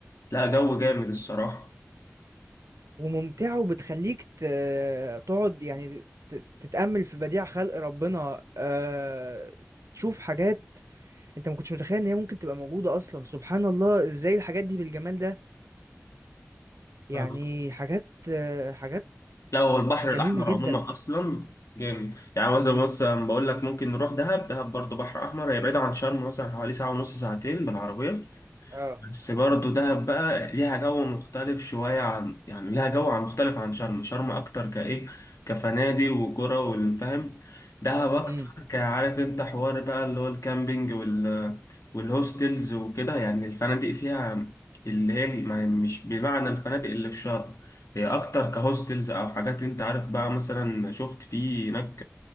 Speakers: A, on the left (about 80°); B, on the right (about 70°).
A: لا جو جامد الصراحة
B: وممتعة وبتخلّيك ت تقعد يعني ت تتأمّل في بديع خلق ربنا، آآ، تشوف حاجات أنت ما كنتش متخيّل إن هي ممكن تبقى موجودة أصلًا، سبحان الله إزاي الحاجات دي بالجمال ده، يعني
A: فاهم؟
B: حاجات آه، حاجات
A: لا هو البحر الأحمر
B: جميلة جدًا،
A: عموما أصلا جامد يعني مثلا مثلا بقول لك ممكن نروح دهب دهب برضه بحر أحمر هي بعيدة عن شرم مثلا حوالي ساعة ونص ساعتين بالعربية
B: آه،
A: بس برضه دهب بقى ليها جو مختلف شوية عن يعني ليها جو عن- مختلف عن شرم شرم أكتر كإيه كفنادق وكرة والفهم دهب اه أكتر
B: إمم،
A: كعارف أنت حوار بقى اللي هو الكامبينج وال والهوستلز وكده يعني الفنادق فيها اللي هي ما- مش بمعنى الفنادق اللي في شرم هي أكتر كهوستلز أو حاجات أنت عارف بقى مثلا شفت في هناك